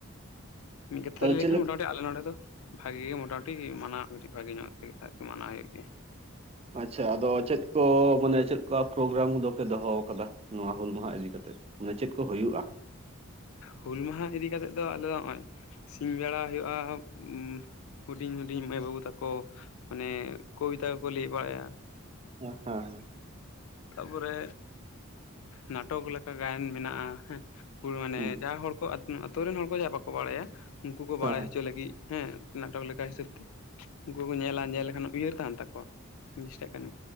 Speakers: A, on the left; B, on the right.
A: ᱢᱤᱫ ᱠᱟᱛᱷᱟ
B: ᱛᱟᱦᱚᱞᱮ
A: ᱞᱟᱹᱭ ᱞᱮᱠᱷᱟᱱ
B: ᱪᱮᱫ ᱞᱮᱠ
A: ᱢᱚᱴᱟᱢᱩᱴᱤ ᱟᱞᱮ ᱱᱚᱸᱰᱮ ᱫᱚ ᱵᱷᱟᱜᱮ ᱜᱮ ᱢᱳᱴᱟᱢᱩᱴᱤ ᱢᱟᱱᱟᱣ ᱠᱟᱹᱴᱤᱡ ᱵᱷᱟᱜᱮ ᱧᱚᱜ ᱛᱮᱜᱮ ᱟᱨᱤ ᱢᱟᱱᱟᱣ ᱦᱩᱭᱩᱜ ᱜᱮᱭᱟ
B: ᱟᱪᱪᱷᱟ ᱟᱫᱚ ᱪᱮᱫ ᱠᱚ ᱢᱟᱱᱮ ᱪᱮᱫᱠᱟ ᱯᱨᱳᱜᱨᱟᱢ ᱫᱚᱯᱮ ᱫᱚᱦᱚ ᱟᱠᱟᱫᱟ ᱱᱚᱣᱟ ᱦᱩᱞ ᱢᱟᱦᱟ ᱤᱫᱤ ᱠᱟᱛᱮ ᱢᱟᱱᱮ ᱪᱮᱫ ᱠᱚ ᱦᱩᱭᱩᱜ-ᱟ
A: ᱦᱩᱞ ᱢᱟᱦᱟ ᱤᱫᱤ ᱠᱟᱛᱮ ᱫᱚ ᱟᱞᱮ ᱫᱚ ᱱᱚᱜ-ᱚᱭ ᱥᱤᱧ ᱵᱮᱲᱟ ᱦᱩᱭᱩᱜᱼᱟ ᱩᱸ ᱦᱩᱰᱤᱧ ᱦᱩᱰᱤᱧ ᱢᱟᱹᱭ ᱵᱟᱹᱵᱩ ᱛᱟᱠᱚ ᱢᱟᱱᱮ ᱠᱚᱵᱤᱛᱟ ᱠᱚ ᱠᱚ ᱞᱟᱹᱭ ᱵᱟᱲᱟᱭᱟ
B: ᱦᱮᱸ ᱦᱮᱸ
A: ᱛᱟ ᱯᱚᱨᱮ ᱱᱟᱴᱚᱠ ᱞᱮᱠᱟ ᱜᱟᱭᱟᱱ ᱢᱮᱱᱟᱜ-ᱟ ᱦᱮᱸ ᱦᱩᱲ ᱢᱟᱱᱮ
B: ᱦᱮᱸ ᱦᱮᱸ
A: ᱡᱟᱶ ᱦᱚᱲ ᱠᱚ ᱟᱛᱩ ᱨᱮᱱ ᱦᱚᱲ ᱠᱚ ᱡᱟᱦᱟᱸ ᱵᱟᱠᱚ ᱵᱟᱲᱟᱭᱟ ᱩᱱᱠᱩ ᱠᱚ
B: ᱦᱮᱸ
A: ᱵᱟᱲᱟᱭ ᱦᱚᱪᱚ ᱞᱟᱹᱜᱤᱫ᱾ ᱦᱮᱸ ᱱᱟᱴᱚᱠ ᱞᱮᱠᱟ ᱦᱤᱥᱟᱹᱵ ᱛᱮ ᱩᱱᱠᱩ ᱠᱚ ᱧᱮᱞ-ᱟ ᱧᱮᱞ ᱞᱮᱠᱷᱟᱱ ᱩᱭᱦᱟᱹᱨ ᱛᱟᱦᱮᱱ ᱛᱟᱠᱚᱣᱟ <unintelligible> ᱡᱤᱥᱴᱟᱜ ᱠᱟᱱᱟ